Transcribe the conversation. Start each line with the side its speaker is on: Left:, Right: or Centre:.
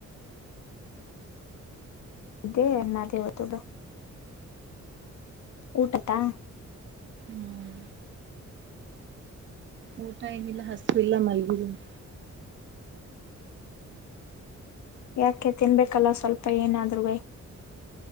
Left: ಇದೇ ಒಂದು ಮಾತ್ ಹೇಳುತ್ತಿದು ಊಟದಾ
Right: ಹ್ಮ್ ಊಟ ಏನಿಲ್ಲ ಹಸ್ವಿಲ್ಲ ಇಲ್ಲ ಮಲ್ಗಿದ್ಧಿನಿ
Left: ಯಾಕೆ ತಿನ್ಬೇಕಲ್ಲ ಸ್ವಲ್ಪ ಏನಾದ್ರುವೇ